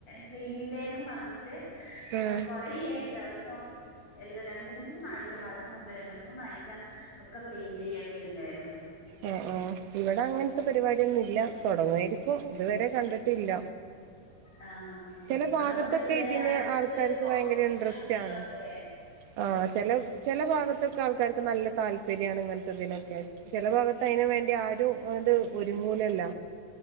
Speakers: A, on the left; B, on the right.
A: ക്ലീനിങ് ഡേ ന്നും പറഞ്ഞിട്ട്
B: ഉം
A: ഏഹ് കൊറേ ദിവസം എല്ലാം രണ്ട മൂന്നാഴ്ച മഴക്ക് മുമ്പ് രണ്ട മൂന്നാഴ്ച ഒക്കെ ക്ലീൻ ചെയ്യൊക്കെ ഉണ്ടായിരുന്നു.
B: ഏഹ് ഏഹ് ഇവിടെ അങ്ങനത്തെ പരിപാടിയൊന്നുംല്ല തുടങ്ങയിരിക്കും. ഇതുവരെ കണ്ടിട്ടില്ല
A: ആഹ്
B: ചില ഭാഗത്തൊക്കെ
A: ഒന്നാമത് ഇവിടെ
B: ഇതിന്
A: അടുത്ത്
B: ആൾക്കാർക്ക്
A: ഹോസ്പിറ്റലൊക്കെ
B: ഭയങ്കര ഇന്ട്രസ്റ്റ്
A: ഇള്ളോണ്ടേ
B: ആണ് ആ ചില ചില ഭാഗത്തൊക്കെ ആൾക്കാർക്ക് നല്ല താല്പര്യണ്. ഇങ്ങനത്തെ ഇതിനൊക്കെ ചില ഭാഗത്ത് അതിനന് വേണ്ടി ആരും അത് ഒരുങ്ങൂലല്ല